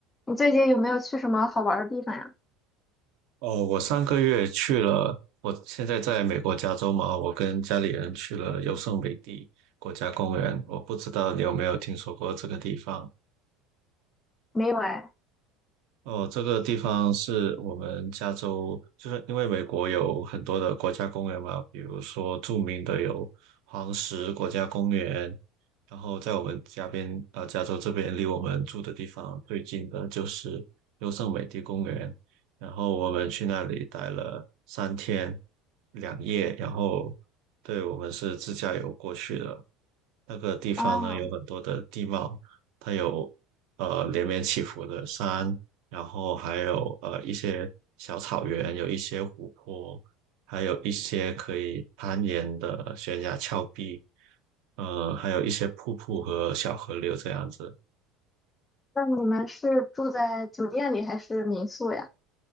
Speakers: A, on the left; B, on the right.
A: 你最近有没有去什么好玩儿的地方呀？
B: 哦，我上个月去了，我现在在美国加州嘛，我跟家里人去了优胜美地国家公园。我不知道你有没有听说过这个地方？
A: 没有哎。
B: 哦，这个地方是我们加州，就是因为美国有很多的国家公园嘛，比如说著名的有黄石国家公园，然后在我们家边，呃，加州这边离我们住的地方最近的就是优胜美地公园，然后我们去那里待了三天两夜，然后对我们是自驾游过去的，那个地方呢有很多的地貌，
A: 啊，
B: 它有呃连绵起伏的山。然后还有呃一些小草原，有一些湖泊，还有一些可以攀岩的悬崖峭壁，呃，还有一些瀑布和小河流这样子。
A: 那你们是住在酒店里还是民宿呀？